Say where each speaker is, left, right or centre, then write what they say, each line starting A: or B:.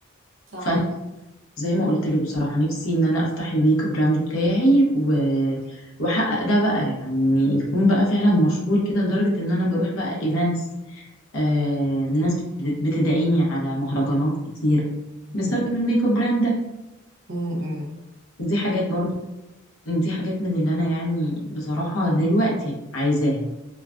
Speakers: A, on the right; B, on the left.
A: صح
B: فانا زي ما قلت لك بصراحه نفسي ان انا افتح الميك اب براند بتاعي و... واحقق ده بقى يعني يكون بقى فعلا مشهور كده لدرجه ان انا بروح بقى ايفنتس آه، الناس بت- بتدعيني على مهرجانات كتير بسبب
A: مم.
B: الميك اب براند ده
A: مم. مم.
B: دي حاجات برضو دي حاجات من اللي انا يعني بصراحة دلوقتي عايزاها